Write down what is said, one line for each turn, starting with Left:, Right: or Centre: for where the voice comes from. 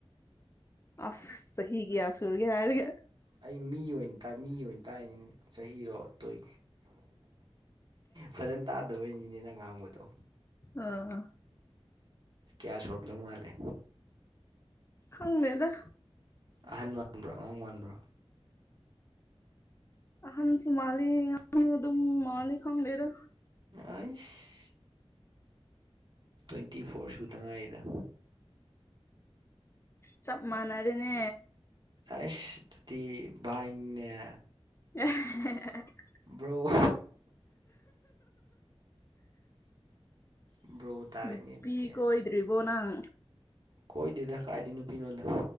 Left: ꯑꯁ ꯆꯍꯤ ꯀꯌꯥ ꯁꯨꯔꯒ ꯍꯥꯏꯔꯒ
Right: ꯑꯩ ꯃꯤ ꯑꯣꯏꯅ ꯇꯥꯏ ꯃꯤ ꯑꯣꯏꯅ ꯇꯥꯛꯉ ꯆꯍꯤꯔꯣ ꯇꯣꯏ ꯐꯖꯅ ꯇꯥꯗꯕꯣꯏꯅꯤꯅꯦꯅ ꯉꯥꯡꯕꯗꯣ
Left: ꯑꯣ
Right: ꯀꯌꯥ ꯁꯣꯔꯕꯗꯧ ꯃꯥꯜꯂꯦ
Left: ꯈꯪꯅꯦꯗ
Right: ꯑꯍꯟ ꯃꯥꯟꯕ꯭ꯔꯥ ꯑꯉꯥꯡ ꯃꯥꯟꯕ꯭ꯔꯥ
Left: ꯍꯟꯁꯨ ꯃꯥꯂꯤ ꯑꯗꯨ ꯃꯥꯂꯤꯛ ꯈꯪꯗꯦꯗ
Right: ꯑꯏꯁ ꯇ꯭ꯋꯦꯟꯇꯤ ꯐꯣꯔ ꯁꯨ ꯇꯉꯥꯏꯗ
Left: ꯆꯞꯃꯅꯅꯦ
Right: ꯑꯁ ꯑꯗꯨꯗꯤ ꯕꯥꯏ ꯅꯤꯅꯦ
Left: <unintelligible>
Right: ꯕ꯭ꯔꯣ ꯕ꯭ꯔꯣ ꯇꯥꯔꯦꯅꯦ
Left: ꯃ
Right: ꯑꯗꯨꯗꯤ
Left: ꯄꯤ ꯀꯣꯏꯗ꯭ꯔꯤꯕꯣ ꯅꯪ
Right: ꯀꯣꯏꯗꯦꯗ ꯀꯥꯏꯗꯤ ꯅꯨꯄꯤ ꯅꯣꯗ